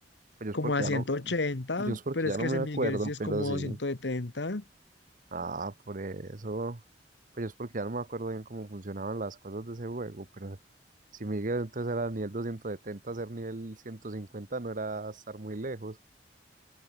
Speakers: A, on the right; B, on the left.
A: Pero yo
B: como
A: es porque
B: a
A: ya
B: ciento
A: no,
B: ochenta
A: yo es porque
B: pero
A: ya
B: es
A: no
B: que
A: me
B: ese
A: acuerdo,
B: Miguel sí es
A: pero
B: como
A: sí.
B: doscientos setenta
A: Ah, por eso. Pues yo es porque ya no me acuerdo bien cómo funcionaban las cosas de ese juego, pero si Miguel entonces era nivel 270, ser nivel 150 no era estar muy lejos,